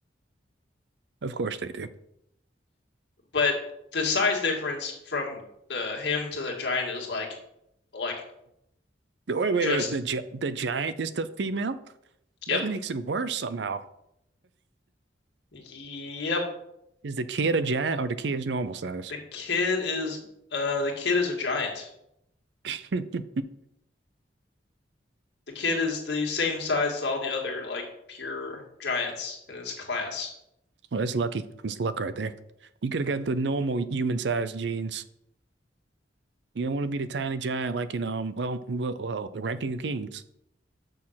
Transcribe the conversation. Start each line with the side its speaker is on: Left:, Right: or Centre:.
Right: Of course they do.
Left: but the size difference from the him to the giant is like, like
Right: Wait, wait,
Left: just
Right: wait. The gi the giant is the female? That
Left: yep,
Right: makes it worse somehow.
Left: yep.
Right: Is the kid a giant or the kid is normal size?
Left: The kid is uh the kid is a giant.
Right: <laughs> Hmm.
Left: The kid is the same size as all the other like pure giants in his class.
Right: Well, that's lucky. That's luck right there. You could have got the normal human size genes. You don't want to be the tiny giant like in um well well, well the Ranking of Kings. <laughs>